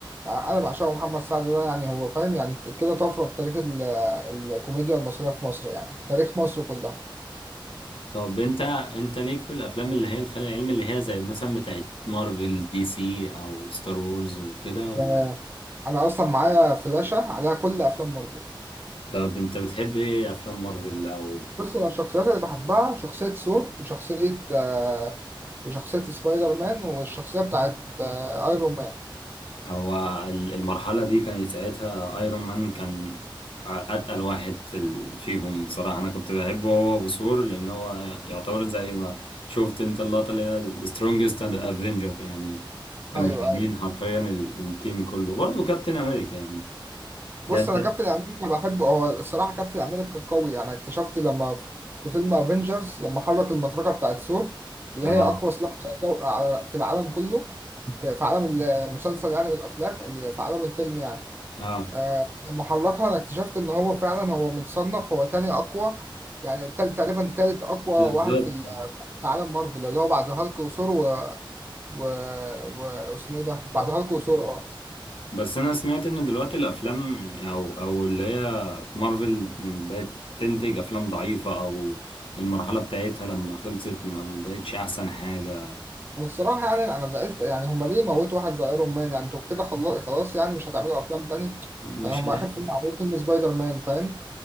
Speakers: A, on the right (about 25°); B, on the left (about 80°).
A: ع- انا بعشقه محمد سعد ده يعني هو فاهم يعني كده طفره في تاريخ ال- الكوميديا المصريه في مصر يعني تاريخ مصر كلها
B: طب انت انت ليك في الافلام اللي هي الخيال العلمي اللي هي زي مثلا بتاعت مارفل دي سي او ستار وورز وكده ولا
A: آه، انا اصلا معايا فلاشه عليها كل افلام مارفل
B: طب انت بتحب ايه افلام مارفل او
A: بص انا الشخصيات اللي بحبها شخصيه ثور وشخصيه آه، وشخصيه سبايدر مان والشخصيه بتاعت آه، ايرون مان
B: هو ال- المرحلة دي كانت ساعتها ايرون مان كان اتقل واحد في ال- فيهم بصراحة انا كنت بحبه هو وثور لان هو يعتبر زي ما شفت انت اللقطة اللي هي السترونجست اند افنجر يعني كانوا
A: ايوه
B: شايلين
A: أيوه.
B: حرفيا ال- التيم كله وبرضه كابتن امريكا يعني
A: بص
B: ده انت
A: انا كابتن امريكا بحبه هو الصراحه كابتن امريكا قوي يعني اكتشفت لما في فيلم افنجرز لما حرك المطرقه بتاعت ثور اللي
B: اه
A: هي اقوى سلاح على جو- على- في العالم كله في في عالم المسلسل يعني والافلام ال- في عالم الفيلم يعني
B: اه
A: آه، لما حركها انا اكتشفت ان هو فعلا هو متصنف هو تاني اقوى يعني تل- تقريبا تالت اقوى
B: بالظبط
A: واحد في ال- في عالم مارفل اللي هو بعد هالك وثور و... و... و... واسمه ايه ده بعد هالك وثور اه
B: بس انا سمعت ان دلوقتي الافلام او او اللي هي مارفل بقت تنتج افلام ضعيفة او المرحلة بتاعتها لما خلصت ما بقتش احسن حاجة
A: والصراحة يعني أنا زعلت يعني هما ليه موتوا واحد زي أيرون مان يعني أنتوا كده خلا- خلاص يعني مش هتعملوا أفلام تاني
B: مش
A: يعني هما
B: عارف.
A: آخر فيلم عملوه فيلم سبايدر مان فاهم